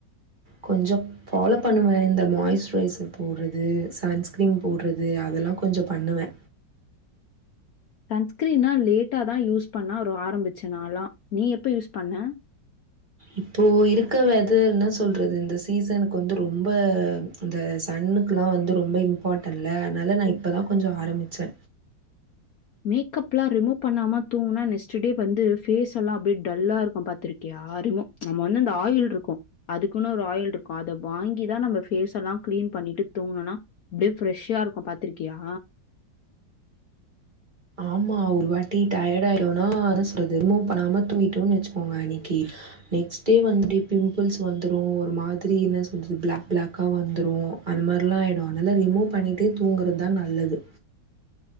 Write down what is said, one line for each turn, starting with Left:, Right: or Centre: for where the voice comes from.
Right: கொஞ்சம் ஃபாலோ பண்ணுவே மாயிஸ்சுரைசர் போடுறது சன்ஸ்கிரீம் போடுறது அதெல்லா கொஞ்சம் பண்ணுவே
Left: சன்ஸ்கிரீனா லேட்டாதா யூஸ் பண்ணா ஒரு ஆரம்பிச்சு நாளா நீ எப்ப யூஸ் பண்ண
Right: இப்போ இருக்க வெதர்ன்ன சொல்றது இந்த சீசனுக்கு வந்து ரொம்ப இந்த சன்னுக்குல்லா வந்து ரொம்ப இம்பார்ட்டன்ல்ல அதனால நா இப்பதா கொஞ்சோ ஆரம்பிச்சே
Left: மேக்கபெல்லா ரிமூவ் பண்ணாம தூங்குனா நெக்ஸ்ட் டே வந்து ஃபேஸெல்லா அப்படி டல்லா இருக்கு பாத்திருக்கியா ரிமூவ் நம்ம வந்து அந்த ஆயில் இருக்கு அதுக்குன்னு ஒரு ஆயில் இருக்கு அத வாங்கிதா நம்ம பேஸெல்லா கிளீன் பண்ணிட்டு தூங்கணுனா அப்டியே ஃப்ரெஷ்ஷாருக்கு பாத்திருக்கியா
Right: ஆமா ஒரு வாட்டி டயர்ட ஆயிரூவானா என்ன சொல்றது ரிமூவ் பண்ணாம தூங்கிட்டோன்னு வச்சுக்கோங்க அன்னைக்கி நெக்ஸ்ட் டே வந்துட்டு பிம்பிள்ஸ் வந்துடு ஒரு மாதிரி என்ன சொல்றது பிளாக் பிளாக்கா வந்துரு அந்த மாதிரில்லா ஆயிடு அதனால ரிமூவ் பண்ணிட்டே தூங்குறதுதா நல்லது